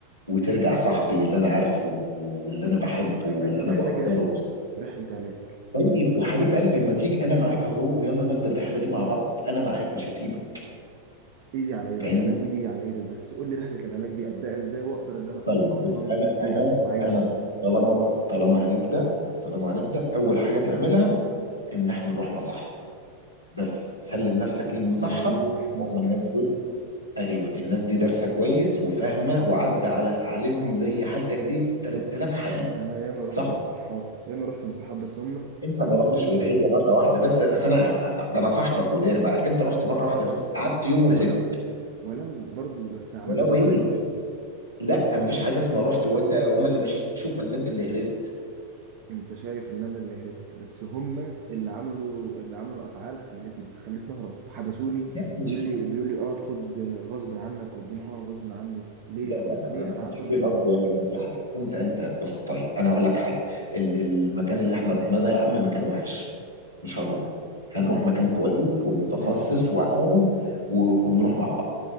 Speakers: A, on the left; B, on the right.
A: وترجع صاحبي اللي انا عارفه واللي انا بحبه
B: محتاج
A: واللي انا
B: محتاج
A: بقدره
B: رحلة رحلة علاج
A: طيب يا حبيب قلبي ما تيجي انا معاك اهو ويلا ناخد الرحله دي مع بعض انا معاك مش هسيبك
B: ايدي على ايدك
A: فاهمني
B: انا ايدي على ايدك بس قول لي رحلة العلاج دي ابدأها ازاي واقدر ان انا
A: طيب
B: اتأقلم
A: بص انا
B: فيها
A: انا
B: واعيش
A: انا طالما طالما هنبدا طالما هنبدا اول حاجه تعملها ان احنا نروح مصحة بس سلم نفسك للمصحة
B: نروح
A: وهم
B: مصحة
A: الناس دول ايوه الناس دي دارسة كويس وفاهمة وعدى على عليهم زي حالتك دي 3000
B: طب
A: حالة
B: انا ياما رحت
A: صح
B: مصحات ياما رحت مصحات بس هم
A: انت
B: عندهم
A: ما رحتش غير هي مرة واحدة بس اصل انا ده انا صاحبك وداير معاك انت رحت مرة واحدة بس قعدت يوم وهربت
B: ولو ولو برضو بس عملت
A: ولو
B: اللي
A: ايه
B: عليا ورحت
A: لا مفيش حاجة اسمها رحت وانت هم اللي مشوك ولا انت اللي هربت
B: انت شايف ان انا اللي هربت بس هما اللي عملوا اللي عملوا افعال خلتني خلتني اهرب حبسوني
A: لا مش
B: بيقول لي بيقول لي اقعد خد غصب عنك ويديني حقن غصب عني ليه
A: لا لا
B: اخد
A: لا
B: ليه
A: ما ما
B: اتعافى
A: كانش فيه
B: من
A: غصب ولا كان فيه حاجه انت انت بص طيب انا هقول لك حاجه ال- المكان اللي احنا رحناه ده يا عم مكان وحش مش هنروح هنروح
B: تمام
A: مكان
B: تمام
A: كويس ومتخصص
B: ماشي
A: وعالي و... ونروح مع بعض